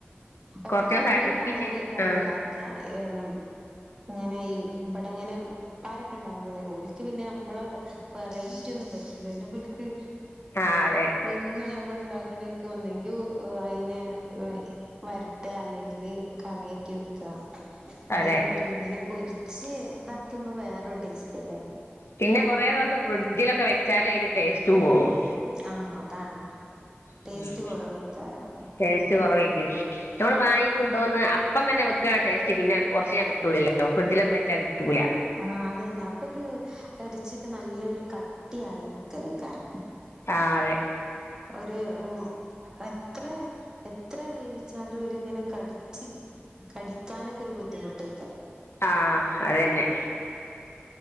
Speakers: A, on the left (about 80°); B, on the right (about 15°).
A: കൊറച്ച്
B: ഒക്കെ
A: ദിവസം
B: ഒരേ
A: അടുപ്പിച്ച്
B: മോഡലേക്കാര്
A: ആഹ്
B: ണ്ടാക്ക എ അം ങ്ങനെ ഈ ഇവടെ ഇങ്ങനെ പാരൊക്കെ ഉണ്ടാഉമ്പളേ ഒല്ക്ക് പിന്നെ നമ്മള വറയ്റ്റി ഒന്നും പറ്റൂലല്ലോ ഓൽക്ക്
A: ആഹ് അതെ
B: പിന്നെ നമ്മൾ താക്ണേക് ഒന്നെങ്ക്യ ഉ അയനെ വരട്ട് അല്ലെങ്കില് കറിയൊക്കെ വെക്ക അതേ
A: അതെ
B: പറ്റുള്ളൂ ഇങ്ങനെ പൊരി ക്ഷേ ഇതാക്കുമ്പോ വേറൊരു ടേസ്റ്റ് അല്ലേ
A: പിന്നെ കൊറേ ദിവസം ഫ്രിഡ്ജിലൊക്കെ വെ ച്ചാല് അയിന് ടേസ്റ്റു പോവും
B: ആ അതാണ്
A: ഉം
B: ടേസ്റ്റ് കുറവേക്കാരം
A: ടേസ്റ്റ് കൊറവെയ്ക്കും മ്മള് വാങ്ങി കുണ്ടോന്ന് അപ്പം തന്നെ വെക്കാ ടേസ്റ്റ് പിന്നെ കൊർച്ചേ കിട്ടുലല്ലോ ഫ്രഡ്ജിലൊന്ന് വെച്ചാ കിട്ടൂല
B: ആ അതന്നെ അപ്പൊരു ഇറച്ചിക്കെ നല്ലൊരു കട്ടിയായി നിക്കലയ്ക്കാര
A: ആ അതെ
B: ഒരുഉം എത്ര എത്ര വേവിച്ചാലും ഒരിങ്ങനെ കടിച്ച് കടിക്കാനൊക്കൊരു ബുദ്ധിമുട്ടെ
A: ആ അത് തന്നെ